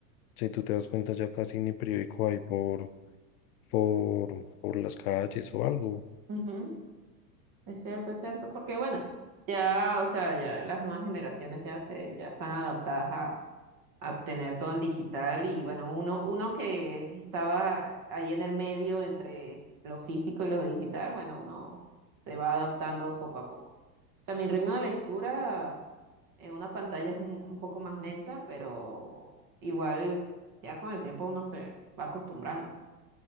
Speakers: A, on the left (about 65°); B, on the right (about 40°).
A: si tú te das cuenta, ya casi ni periódico hay por, por, por las calles o algo.
B: ujú, Es cierto, es cierto, porque bueno, ya, o sea, ya las nuevas generaciones ya se, ya están adaptadas a tener todo en digital y bueno, uno, uno que estaba ahí en el medio entre lo físico y lo digital, bueno, uno se va adaptando poco a poco. O sea, mi ritmo de lectura en una pantalla es un, un poco más lenta, pero igual ya con el tiempo uno se va acostumbrando.